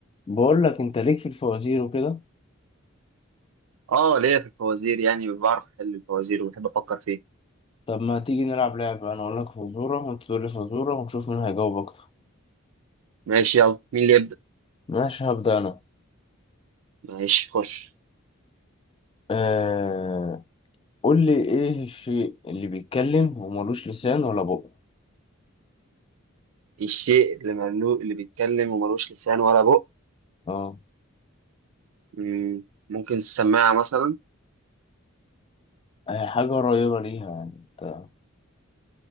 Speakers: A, on the left; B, on the right.
A: بقول لك انت ليك في الفوازير وكده
B: اه ليا في الفوازير يعني بعرف احل الفوازير وبحب افكر فيه
A: طب ما تيجي نلعب لعبة انا اقول لك فزورة وانت تقول لي فزورة ونشوف مين هيجاوب اكتر
B: ماشي يلا مين اللي يبدأ
A: ماشي هبدأ انا
B: ماشي خش
A: آه... قول لي ايه الشيء اللي بيتكلم وملوش لسان ولا بق
B: الشيء اللي ملو اللي بيتكلم وملوش لسان ولا بق
A: اه
B: مم، ممكن السماعة مثلا
A: هي حاجة قريبة ليها يعني انت